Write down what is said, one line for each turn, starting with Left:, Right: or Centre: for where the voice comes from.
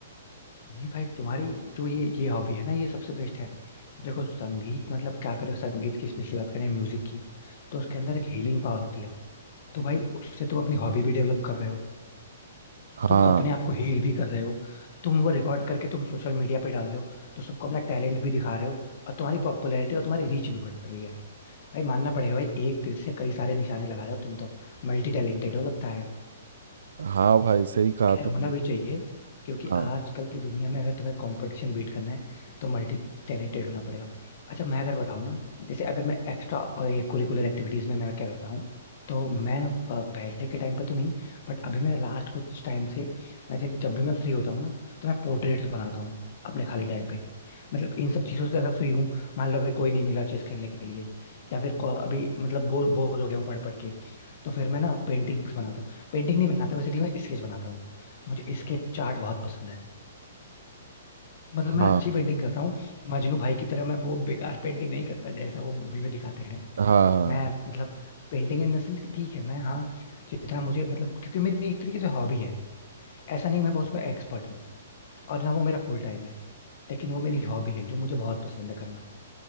Left: नहीं भाई तुम्हारी जो ये ये हॉबी है ना ये सबसे बेस्ट है देखो संगीत मतलब क्या करें संगीत की स्पेशली बात करें म्यूजिक की तो उसके अंदर एक हीलिंग पावर होती है तो भाई उससे तुम अपनी हॉबी भी डेवलप कर रहे हो
Right: हाँ
Left: तुम अपने आप को हील भी कर रहे हो तुम वो रिकॉर्ड करके तुम सोशल मीडिया पे डाल रहे हो तो सबको अपना टैलेंट भी दिखा रहे हो और तुम्हारी पॉपुलैरिटी और तुम्हारी रीच भी बढ़ रही है भाई मानना पड़ेगा भाई एक तीर से कई सारे निशाने लगा रहे हो तुम तो मल्टी टैलेंटेड हो लगता है
Right: हाँ भाई सही कहा
Left: खैर
Right: तुमने
Left: होना भी चाहिए क्योंकि
Right: हाँ
Left: आजकल की दुनिया में अगर तुम्हें कंपटीशन बीट करना है तो मल्टी टैलेंटेड होना पड़ेगा अच्छा मैं अगर बताऊँ ना जैसे अगर मैं एक्स्ट्रा और ये कुरिकुलर एक्टिविटीज में मैं क्या करता हूँ तो मैं अ, पहले के टाइम पे तो नहीं बट अभी मेरे लास्ट कुछ टाइम से मैं जब जब भी मैं फ्री होता हूँ ना तो मैं पोर्ट्रेट्स बनाता हूँ अपने खाली टाइम पे मतलब इन सब चीजों से अगर फ्री हूँ मान लो अभी कोई नहीं मिला चेस खेलने के लिए या फिर को- अभी मतलब बोर बोर हो गया हूँ पढ़ पढ़ के तो फिर मैं ना पेंटिंग्स बनाता हूँ। पेंटिंग नहीं बनाता बेसिकली मैं स्केच बनाता हूँ मुझे स्केच आर्ट बहुत पसंद है मतलब मैं
Right: हाँ
Left: अच्छी पेंटिंग करता हूँ मजनू भाई की तरह मैं वो बेकार पेंटिंग नहीं करता जैसा वो मूवी में दिखाते हैं
Right: हाँ हाँ
Left: मैं मतलब पेंटिंग इन द सेंस कि ठीक है मैं हाँ जितना मुझे मतलब क्योंकि मेरी एक तरीके से हॉबी है ऐसा नहीं मैं बहुत उसमें एक्सपर्ट हूँ और ना वो मेरा फुल टाइम है लेकिन वो मेरी हॉबी है जो मुझे बहुत पसंद है करना